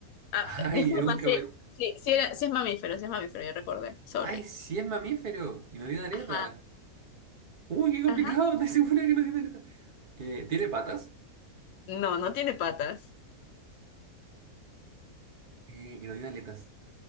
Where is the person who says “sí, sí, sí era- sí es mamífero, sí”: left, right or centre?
Left